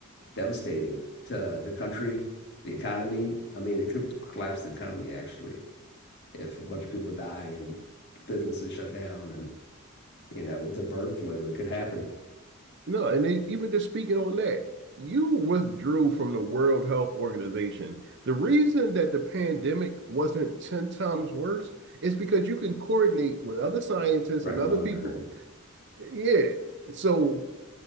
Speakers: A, on the left; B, on the right.
A: devastating to the country, the economy. I mean, it could collapse the economy actually if a bunch of people die and businesses shut down and you know, with the bird flu. It could happen,
B: No, and they, even just speaking on that, you withdrew from the World Health Organization. The reason that the pandemic wasn't 10 times worse is because you can coordinate with other scientists
A: right?
B: and
A: with
B: other
A: Monitoring.
B: people. Yeah. So